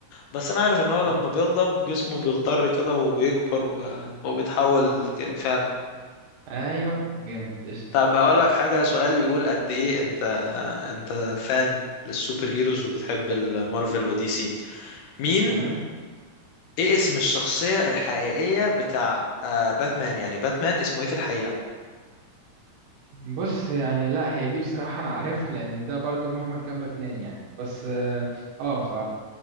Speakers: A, on the left; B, on the right.
A: بس انا عارف ان هو لما
B: مم.
A: بيغضب جسمه بيخضر كده ويكبر و- وبيتحول ك- فعلا
B: ايوه جامد قشطة
A: طب هقول
B: قشطة
A: لك حاجة
B: صح
A: سؤال يقول قد ايه انت انت فان للسوبر هيروز وبتحب المارفل ودي سي مين
B: تمام
A: ايه اسم الشخصية الحقيقية بتاع آه، باتمان يعني باتمان اسمه ايه في الحقيقة
B: بص يعني لا هي دي بصراحة أنا عارفها لأن ده برضو مهما كان باتمان يعني بس اه آه، فا